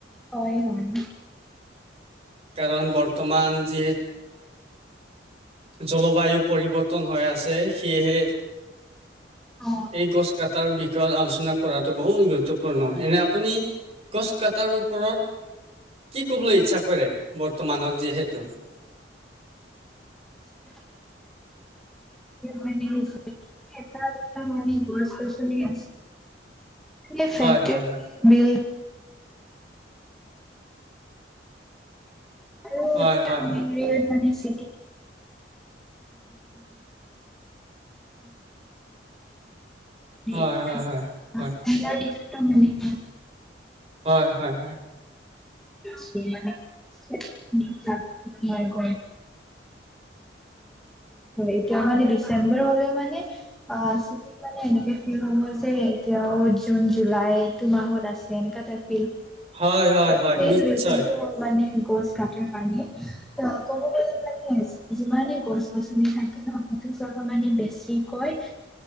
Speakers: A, in the centre; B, on the right.
A: হয় হয়
B: কাৰণ বৰ্তমান যি জলবায়ু পৰিৱৰ্তন হৈ আছে সেয়েহে
A: অ
B: এই গছ কাটাৰ বিষ বিষয়ত আলোচনা কৰাটো বহুত গুৰুত্বপূৰ্ণ, এনে আপুনি গছ কটাৰ ওপৰত কি কবলৈ ইচ্ছা কৰে বৰ্তমানত যিহেতু?
A: <inaudible> মানে এটা দুটা মানে গছ গছনি <unintelligible> সেই ফেক্টী
B: হয় হয় হয়
A: বি্ল <inaudible> আৰু <unintelligible>
B: হয় হয়
A: মানিছিলো। <unintelligible> <inaudible> মানে
B: হয়
A: এতিয়াৰ
B: হয় হয়
A: দিনতো মান <inaudible>
B: হয় হয় হয়।
A: <unintelligible> হয় এতিয়াও মানে ডিচেম্বৰ হলেও মানে অ সিটো মানে এনেকে ফিল হ'ব যে এতিয়াও জুন জুলাইটো মাহত আছে এনেকা টাইপ <unintelligible>
B: হয় হয় হয় হয়
A: সেইটো
B: হয়
A: মেইন
B: নিশ্চয়
A: ৰিজন টো হল মানে গছ কাটাৰ কাৰনে, ত কব গলে মানে <inaudible> যিমানে গছ গছনি থাকে ন হেতু <unintelligible> মানে বেছিকৈ